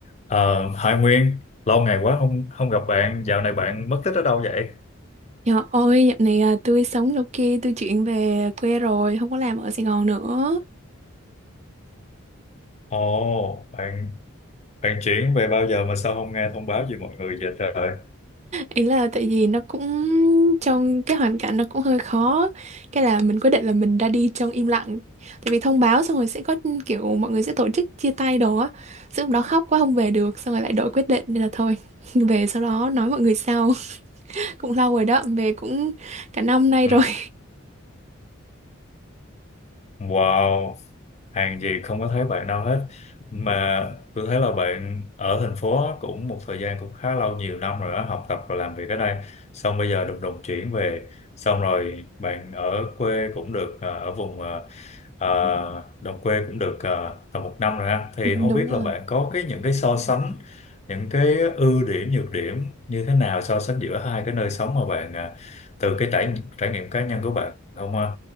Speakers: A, on the left; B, on the right.
A: Ờ, Hải Nguyên, lâu ngày quá không không gặp bạn, dạo này bạn mất tích ở đâu vậy?
B: Dạ ôi, dạo này à, tôi sống đâu kia, tôi chuyển về quê rồi, không có làm ở Sài Gòn nữa.
A: Ồ, bạn bạn chuyển về bao giờ mà sao không nghe thông báo gì mọi người vậy trời?
B: Ý là tại vì nó cũng trong cái hoàn cảnh nó cũng hơi khó. Cái là mình quyết định là mình ra đi trong im lặng. Tại vì thông báo xong rồi sẽ có kiểu mọi người sẽ tổ chức chia tay đồ á. Xong lúc đó khóc quá không về được, xong rồi lại đổi quyết định nên là thôi. <laughs> Về sau đó nói mọi người sau. <laughs> Cũng lâu rồi đó, về cũng cả năm nay
A: Ừ.
B: rồi. <laughs>
A: Wow, hàng gì không có thấy bạn đâu hết. Mà tôi thấy là bạn ở thành phố cũng một thời gian cũng khá lâu, nhiều năm rồi đó, học tập và làm việc ở đây. Xong bây giờ đùng đùng chuyển về. Xong rồi bạn ở quê cũng được, ờ, ở vùng ờ, ờ, đồng quê cũng được ờ, tầm một năm rồi ha. Thì
B: Ừ,
A: không
B: Đúng
A: biết
B: rồi.
A: là bạn có cái những cái so sánh, những cái ưu điểm, nhược điểm như thế nào so sánh giữa hai cái nơi sống mà bạn ờ, từ cái trải trải nghiệm cá nhân của bạn không ha?